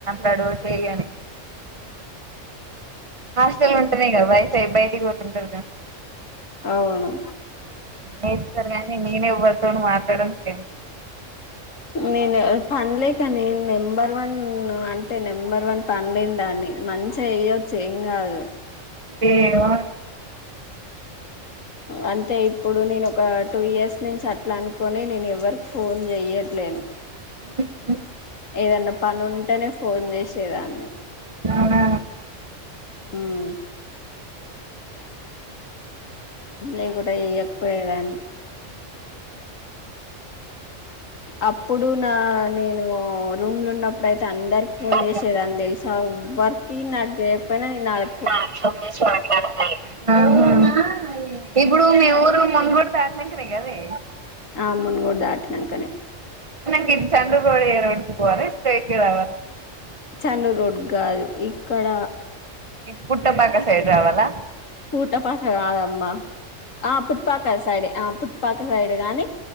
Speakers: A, on the right (about 30°); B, on the left (about 80°).
A: నడు చేయని హాస్టల్ ఉంటేనే గ వైఫై బై ఇంటికి పోతుంటారుగా
B: అవును
A: వేస్తారు గాని నేనే వ ఫోన్ మాట్లాడానికి ఏం
B: నేను పనిలేక నేను నెం నెంబర్ వన్ అంటే నెంబర్ వన్ పని లేని దాన్ని మంచిగా చేయచ్చు ఏం కాదు
A: ఏమో
B: అంటే ఇప్పుడు నేను ఒక టూ ఇయర్స్ నేను చెట్ల అనుకొని నేను ఎవ్వరి ఫోన్ చెయట్లేను
A: హ్మ్ హ్మ్
B: ఏదన్నా పని ఉంటేనే ఫోన్ చేసేదాన్ని
A: అవునా
B: హ్మ్ లేకుండా చేయ్యకపోయదాన్ని అబ్ ఇప్పుడు నా నేను రూమ్ లో ఉన్నప్పుడు అయితే అందరికి ఫోన్
A: ఆహా
B: చేసి చ్చంద తెలుసా ఎవరికీ నాకు చేయ అంటేనే నాలు
A: ఫోన చేసి మాట్లాడేదాన్ని ఆహా ఇప్పుడు మీ ఊరు ముంగుడు సర్నెకే కదే
B: ఆ మున్గూడు దాటి నంకనే
A: మీది చండూరు రోడ్ ఎ రోడ్ కి పోవాలి స్ట్రెయిట్ గ రావాలి
B: చండూ రోడ్ కాదు ఇక్కడ
A: పుట్ట భాగా సైడ్ రావాలా
B: పూట పాక కాదమ్మా ఆ పుట్పాక సైడే ఎ పక్క సైడ్ గాని